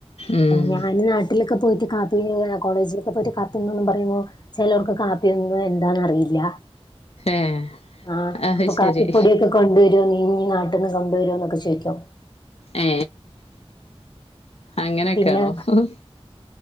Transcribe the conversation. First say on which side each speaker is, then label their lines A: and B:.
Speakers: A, on the left; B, on the left.
A: ഉം
B: ഞാന് നാട്ടിലൊക്കെ പോയിട്ട് കാപ്പീ കോളേജിലൊക്കെ പോയിട്ട് കാപ്പിനന്നൊന്നും പറയുമ്പോ. ചെലോർക്ക് കാപ്പിയൊന്നും എന്താന്നറിയില്ല.
A: ഏ
B: ആഹ്
A: അത്
B: ഇപ്പൊ
A: ശരി
B: കാപ്പി പൊടിയൊക്കെ. കൊണ്ട് വരുവോ നീ ഇഞ്ഞി നാട്ടിന്ന് കൊണ്ടുവരോന്നൊക്കെ ചോയിക്കോ.
A: ഏ അങ്ങനെയൊക്കെയാണോ.
B: പിന്നെ
A: ഉം